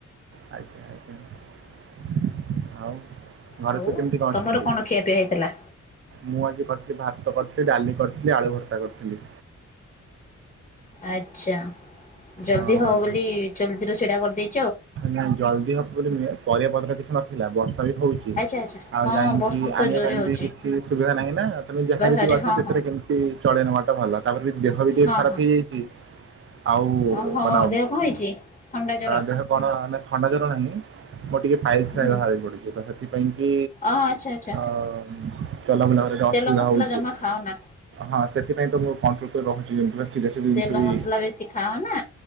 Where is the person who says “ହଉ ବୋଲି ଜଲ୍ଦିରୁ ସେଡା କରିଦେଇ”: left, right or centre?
Left